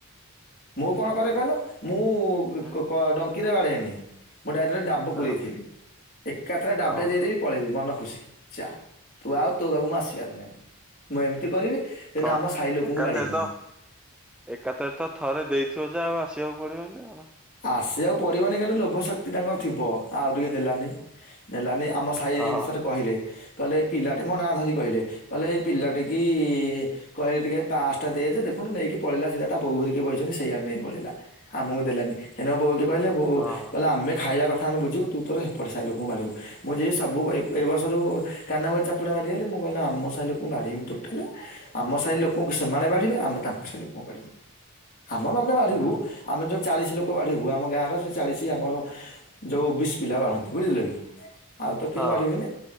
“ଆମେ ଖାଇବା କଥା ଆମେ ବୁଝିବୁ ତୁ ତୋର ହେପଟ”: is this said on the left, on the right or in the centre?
Left